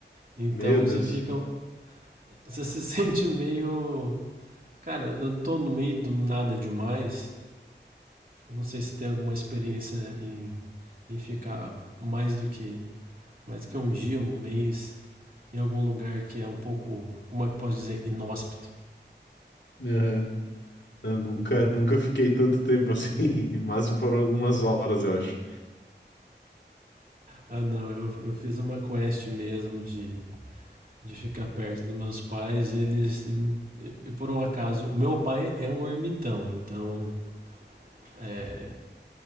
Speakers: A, on the right; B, on the left.
A: Então
B: Meu Deus.
A: você fica. Você se <laughs> sente meio. Cara, eu não tô no meio do nada demais. Eu não sei se tem alguma experiência em, em ficar mais do que. Mais do que um dia, um mês, em algum lugar que é um pouco. Como é que eu posso dizer? Inóspito.
B: Aham. Eu nunca, nunca fiquei tanto tempo assim, <laughs> mas foram algumas horas, eu acho.
A: Ah, não, eu, eu fiz uma quest mesmo de, de ficar perto dos meus pais. Eles. E por um acaso, o meu pai é um ermitão, então. É,